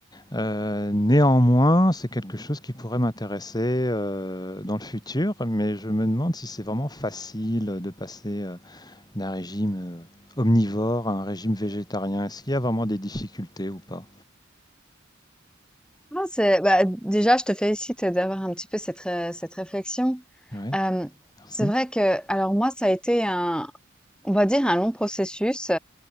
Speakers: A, on the left (about 20°); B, in the centre.
A: Euh, néanmoins, c'est quelque chose qui pourrait m'intéresser euh, dans le futur, mais je me demande si c'est vraiment facile de passer euh, d'un régime euh, omnivore à un régime végétarien. Est-ce qu'il y a vraiment des difficultés ou pas?
B: Non, c'est bah, déjà, je te félicite d'avoir un petit peu cette, ré- cette réflexion.
A: Oui,
B: Euh,
A: merci.
B: c'est vrai que, alors moi, ça a été un, on va dire, un long processus